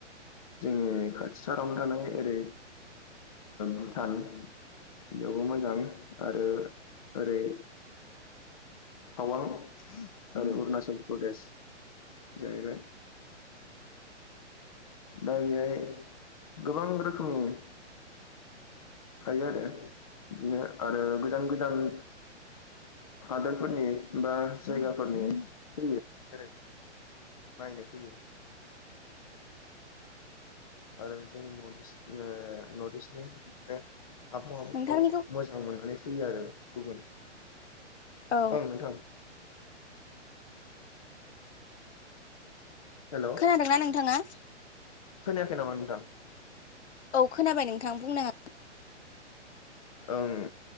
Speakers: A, on the left; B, on the left.
A: जोंनि खाथि सारावनो थानाय ओरै भुटान बेयावबो मोजां आरो ओरै थावां ओरै अरुनाचल प्रदेश जायैबाय दा बेहाय गोबां रोखोमनि थायो आरो बिदिनो आरो गोजान गोजान हादोरफोरनि बा जायगाफोरनि फैयो जेरै नायनो फैयो। आरो जोंनि नर्थ इस्ट नर्थ इस्टनिबो आबहावाफोरखौ
B: नोंथांनिखौ
A: मोजां मोननानै फैयो आरो गुबुन
B: औ
A: ओं नोंथां हेल'
B: खोनादोंना नोंथाङा
A: खोनायाखै नामा नोंथां?
B: औ खोनाबाय नोंथां बुंनो हागोन।
A: ओं